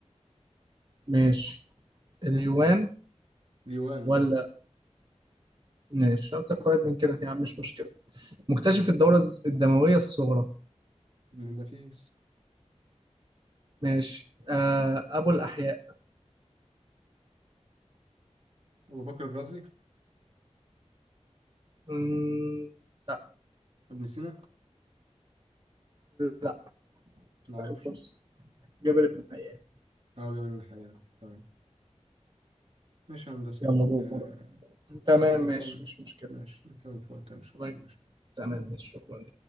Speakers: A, on the right (about 40°); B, on the right (about 60°).
A: ماشي اليوان
B: ديوان
A: ولا
B: اه
A: ماشي لو أنت قريب من كده يعني مش مشكلة مكتشف
B: <laughs>
A: الدورة الز- الدموية الصغرى
B: ابن النفيس
A: ماشي آه أبو الأحياء
B: ابو بكر الرازي
A: مم، لا
B: ابن سينا
A: لا
B: ما اعرفش
A: آخر فرصة جابر بن حيان
B: اه جمال من الحياة تمام ماشي يا هندسة
A: يلا دور
B: ن-
A: تمام
B: نكمل
A: ماشي مش مشكلة
B: ماشي نكمل في وقتها ان شاء
A: طيب،
B: الله ماشي
A: تمام
B: سلام
A: ماشي شكرا